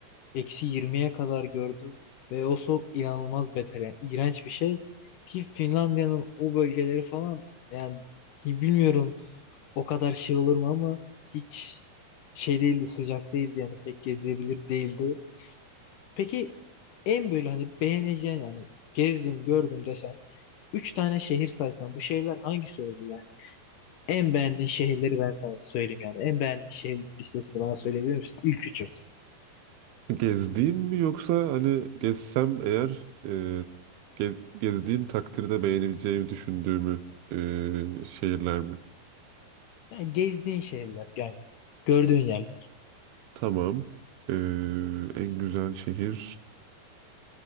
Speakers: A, on the left; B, on the right.
A: eksi yirmiye kadar gördüm ve o soğuk inanılmaz beter yani iğrenç bir şey ki Finlandiya'nın o bölgeleri falan yani ki bilmiyorum O kadar şey olur mu ama hiç şey değildi sıcak değildi yani pek gezilebilir değildi. Peki en böyle hani beğeneceğin yani gezdim gördüm desen üç tane şehir saysan bu şehirler hangisi oldu yani? En beğendiğin şehirleri ben sana söyleyeyim yani. En beğendiğin şehirlerin listesini bana söyleyebilir misin? İlk üçü.
B: Gezdiğim mi yoksa hani gezsem eğer e, gez- gezdiğim takdirde beğenebileceğimi düşündüğümü e, şehirler mi?
A: Yani gezdiğin şehirler yani gördüğün yerler.
B: Tamam. E, en güzel şehir.